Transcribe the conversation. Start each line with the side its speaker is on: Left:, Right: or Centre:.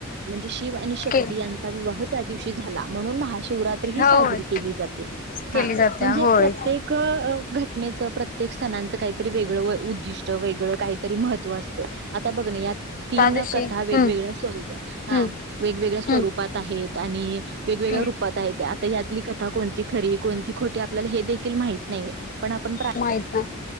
Right: म्हणजे शिव आणि शक्ती
Left: के
Right: यांचा विवाह त्या दिवशी झाला, म्हणून महाशिवरात्री ही
Left: हा
Right: साजरी
Left: हो होय
Right: केली जाते.
Left: केली
Right: हा
Left: जाते
Right: म्हणजे
Left: होय
Right: प्रत्येक घटनेचं प्रत्येक सणांचं काहीतरी वेगळं उद्दिष्ट वेगळं काहीतरी महत्त्व असत. आता बघ ना यात, तीन
Left: त्या दिवशी
Right: कथा वेगवेगळ्या
Left: हम्म
Right: स्वरूपात हा
Left: हम्म
Right: वेगवेगळ्या स्वरूपात
Left: हम्म
Right: आहेत आणि वेगवेगळ्या
Left: हम्म
Right: रूप आता यातली कथा कोणती खरी, कोणती खोटी हे देखील माहित नाही. पण आपण प्रा
Left: माहित नाय